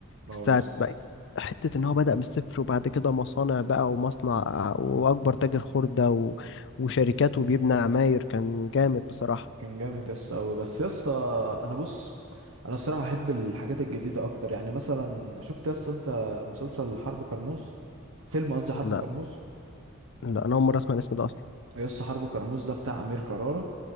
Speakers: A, on the right; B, on the left.
A: اه
B: ساعة
A: يا اسطى
B: بقى حتة إن هو بدأ من الصفر وبعد كده مصانع بقى ومصنع وأكبر تاجر خردة و... وشركات وبيبنى عماير كان جامد بصراحة
A: كان جامد يس قوي بس يس انا بص انا الصراحه احب الحاجات الجديده اكتر يعني مثلا شفت يس انت مسلسل حرب كرموز فيلم قصدي حرب
B: لا
A: كرموز
B: لا أنا أول مرة أسمع الاسم ده أصلا
A: يس حرب كرموز ده بتاع امير كرارة